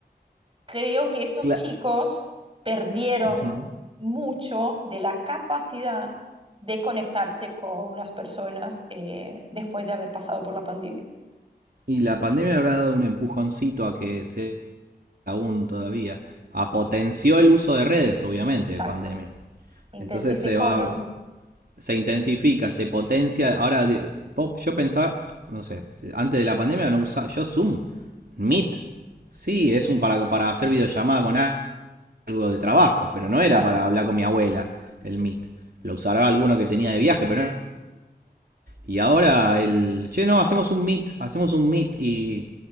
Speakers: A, on the right (about 30°); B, on the right (about 60°).
A: creo que esos
B: Cla-
A: chicos perdieron
B: Ajá.
A: mucho de la capacidad de conectarse con las personas eh, después de haber pasado por la pandemia.
B: Y la pandemia habrá dado un empujoncito a que se aún todavía. A potenció el uso de redes, obviamente,
A: Exacto.
B: pandemia.
A: Intensificó,
B: Entonces se va,
A: ¿no?
B: se intensifica, se potencia. Ahora, yo pensaba, no sé, antes de la pandemia no usaba yo Zoom, Meet. Sí, es un para, para hacer videollamada con algo de trabajo, pero no era
A: Claro.
B: para hablar con mi abuela el Meet. Lo usará alguno que tenía de viaje, pero no y ahora el. Che, no, hacemos un meet, hacemos un meet. Y.